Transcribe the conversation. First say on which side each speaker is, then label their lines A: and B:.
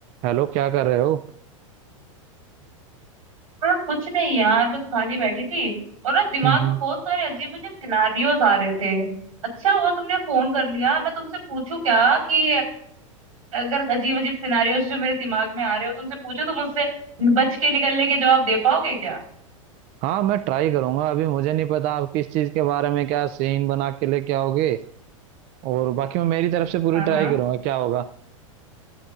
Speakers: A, on the right; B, on the right.
A: Hello क्या कर रहे हो
B: हाँ कुछ नहीं यार बस खाली बैठी थी और ना दिमाग
A: हम्म हम्म।
B: में बहुत सारे अजीब अजीब सिनारियोज आ रहे थे अच्छा हुआ तुमने फोन कर लिया मैं तुमसे पूछूं क्या कि अगर अजीब अजीब सिनारियोज जो मेरे दिमाग में आ रहे हो तुमसे पूछो तुम उससे बच के निकलने के जवाब दे पाओगे क्या
A: हाँ मैं ट्राई करूंगा अभी मुझे नहीं पता आप किस चीज के बारे में क्या सीन बना के लेके आओगे और बाकी मैं मेरी तरफ से पूरी
B: हाँ
A: ट्राई
B: हाँ
A: करूंगा क्या होगा